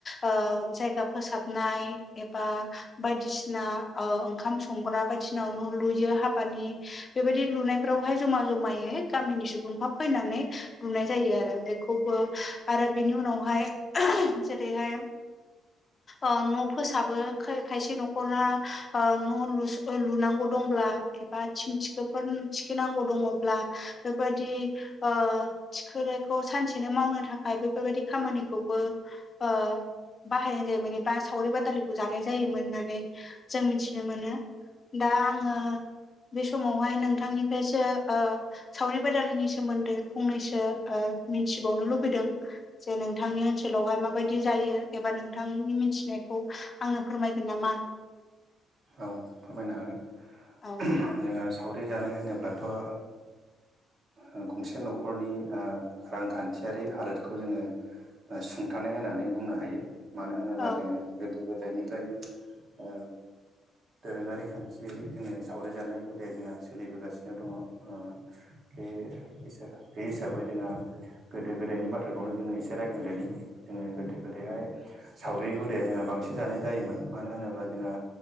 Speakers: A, on the left; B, on the right.
A: ओ जायगा फोसाबनाय एबा बायदिसिना ओ ओंखाम संग्रा बायदिसिना न' लुयो हाबानि बेबायदि लुनायफ्रावहाय जमा जमायै गामिनि सुबुंफ्रा फैनानै लुनाय जायो आरो बेखौबो आरो बिनि उनावहाय जेरैहाय ओ न' फोसाबो खायसे न'खरा ओ न' लुनांगौ दंब्ला एबा थिं थिखोफोर थिखि नांगौ दङब्ला बेफोरबादि ओ थिखोनायखौ सानसेनो मावनो थाखा य बेफोरबायाददि खामानिखौबो ओ बाहायनाय जायोमोन एबा सावरि बादालिखौ जानाय जायोमोन होननानै जों मिथिनो मोनो। दा आङो बे समावहाय नोंथांनिफ्रायसो ओ सावरि बादालिनि सोमोन्दै फंनैसो मिथिबावनो लुबैदों। जे नोंथांनि ओनसोलावहाय मा बायदि जायो एबा नोंथांनि मिथिनायखौ आंनो फोरमायगोन नामा।
B: औ फोरमायनो हागोन
A: औ
B: जोङो जोंहा साव रि जानाय होनोब्लाथ' ओ ओ गंसे न'खरनि ओ रांखान्थियारि हालोदखौ जोङो ओ सुंथानाय होननानै बुंनो हायो मानो होनोब्ला
A: औ
B: जोङो गोदो गोदायनिफ्रायनो ओ दोरोङारि खान्थियै जोङो सावरिजानाय हुदाया जोंहा सोलिबोगासिनो दङ ओ बे बे हिसाबै जोंहा गोदो गोदायनि बाथ्राखौनो जोङो एसे रायखांदोनि जोङो गोदो गोदैहाय सावरि हुदाया जोंहा बांसिन जानाय जायोमोन मानो होनोब्ला जोंहा